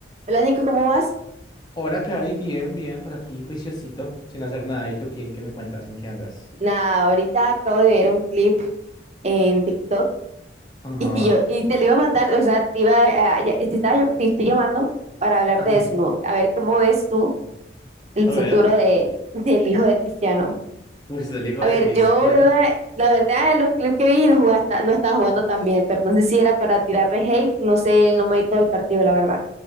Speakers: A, on the right; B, on the left.
A: Hola Nico, ¿cómo vas?
B: Hola, Cari, bien, bien, por aquí, juiciosito, sin hacer nada. ¿Y tú qué? ¿Qué me cuentas? ¿En qué andas?
A: Nada, ahorita acabo de ver un clip en TikTok
B: Ajá.
A: y yo y te lo iba a mandar, o sea, te iba a- ya- te estaba te estoy llamando para hablar
B: Ah,
A: de eso, ¿no? A ver cómo ves tú el
B: A
A: futuro
B: ver.
A: de del hijo de Cristiano.
B: Uy, es el hijo
A: A
B: de
A: ver,
B: Cristiano.
A: yo veo la, la verdad los clips que vi no jugaba- no estaba jugando tan bien, pero no sé si era para tirarle hate, no sé, no me vi todo el partido, la verdad.